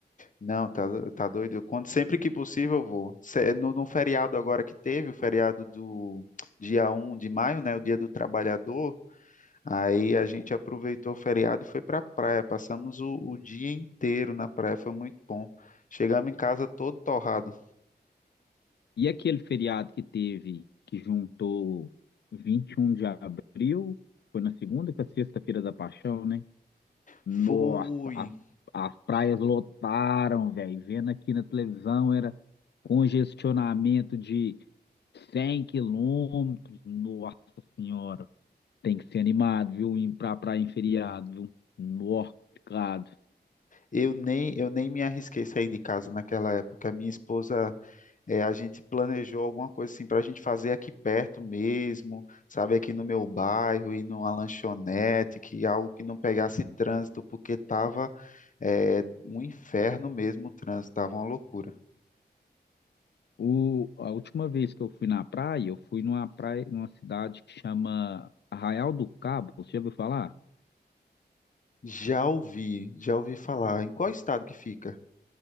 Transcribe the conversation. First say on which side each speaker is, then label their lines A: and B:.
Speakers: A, on the left (about 50°); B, on the left (about 80°).
A: Não, tá, do- tá doido. Eu, quando, sempre que possível eu vou. Se- no, no feriado agora que teve, o feriado do dia um de maio, né? O dia do trabalhador. Aí a gente aproveitou o feriado e foi pra praia. Passamos o, o dia inteiro na praia, foi muito bom. Chegamos em casa todo torrado.
B: E aquele feriado que teve, que juntou 21 de abril, foi na segunda com a sexta-feira da Paixão, né? Nossa,
A: Fui.
B: as, as praias lotaram, velho. Vendo aqui na televisão, Congestionamento de 100 quilômetros. Nossa Senhora. Tem que ser animado, viu? Ir pra praia em feriado, viu? Nó, complicado.
A: Eu nem, eu nem me arrisquei sair de casa naquela época. Minha esposa É, a gente planejou alguma coisa assim para a gente fazer aqui perto mesmo, sabe, aqui no meu bairro, ir numa lanchonete, que algo que não pegasse trânsito, porque tava é, um inferno mesmo o trânsito, tava uma loucura.
B: O, a última vez que eu fui na praia, eu fui numa praia, numa cidade que chama Arraial do Cabo. Você já ouviu falar?
A: Já ouvi, já ouvi falar. Em qual estado que fica?